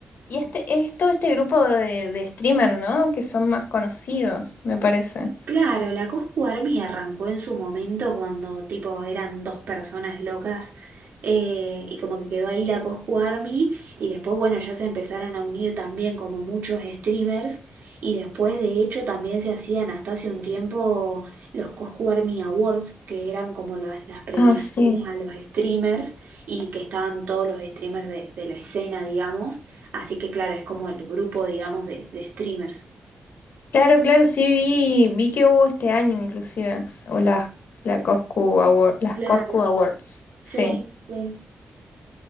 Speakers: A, on the left; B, on the right.
A: Y este es todo este grupo de, de streamer, ¿no? Que son más conocidos, me parece.
B: Claro, la Coscu Army arrancó en su momento cuando tipo eran dos personas locas eh, y como que quedó ahí la Coscu Army y después bueno ya se empezaron a unir también como muchos streamers y después de hecho también se hacían hasta hace un tiempo los Coscu Army Awards que eran como las, las premiaciones
A: Ah, sí.
B: a los streamers y que estaban todos los streamers de, de la escena digamos, así que claro es como el grupo digamos de, de streamers.
A: Claro, claro, sí vi, vi que hubo este año inclusive. O las, la Coscu Award, las
B: Claro,
A: Coscu Awards. Sí.
B: sí, sí.